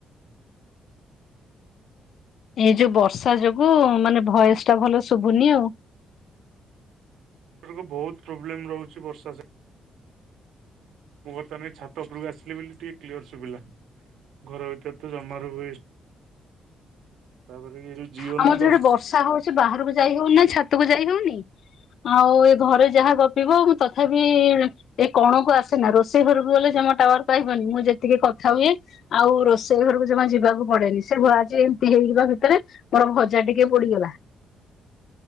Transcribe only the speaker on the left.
ଏ ଯୋଉ ବର୍ଷା ଯୋଗୁ ମାନେ ଭୋଇସ ଟା ଭଲ ଶୁଭୁନି ଆଉ।
ଆମର
ଯୋଉଠି ବର୍ଷା ହଉଛି ବାହାରକୁ ଯାଇ ହଉନି ଛାତକୁ ଯାଇ ହଉନି ଆଉ ଏ ଘରେ ଯାହା ଗପିବ। ତଥାପି। ଏ କଣକୁ ଆସେନା ରୋଷେଇ ଘରକୁ ଗଲେ ଜମା ଟାୱାର କ ପାଇବନି ମୁଁ ଯେତିକି କଥା ହୁଏ। ଆଉ ରୋଷେଇ ଘରକୁ ଯମା ଯିବାକୁ ପଡେନି ସେ ହୁଏ ଆଜି ଏମିତି ହେଇଯିବା ଭିତରେ। ମୋର ଭଜା ଟିକେ ପୋଡିଗଲା।